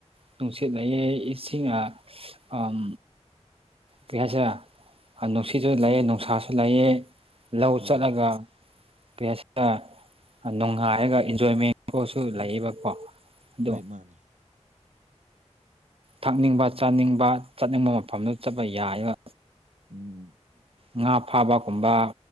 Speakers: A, on the right; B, on the right.
A: ꯅꯨꯡꯁꯤꯠ ꯂꯩꯌꯦ ꯏꯁꯤꯡ ꯑꯝ ꯀꯌ꯭ꯥꯁꯥ ꯍꯥꯏ ꯅꯨꯡꯁꯤꯠꯁꯨ ꯂꯩꯑꯦ ꯅꯨꯡꯁꯥꯁꯨ ꯂꯩꯑꯦ ꯂꯧ
B: ꯑꯥ
A: ꯆꯠꯂꯒ ꯄꯦꯁ ꯅꯨꯡꯉꯥꯏꯔꯒ ꯏꯟꯖꯣꯏꯃꯦꯟ ꯀꯁꯨ ꯂꯩꯌꯦꯕꯀꯣ ꯑꯗꯣ
B: ꯍꯣꯏ ꯃꯥꯅꯤ
A: ꯊꯛꯅꯤꯡꯕ ꯆꯥꯅꯤꯡꯕ ꯆꯠꯅꯤꯡꯕ ꯃꯐꯝꯗꯥ ꯆꯠꯄ ꯌꯥꯏꯕ
B: ꯎꯝ
A: ꯉꯥ ꯐꯥꯕꯒꯨꯝꯕ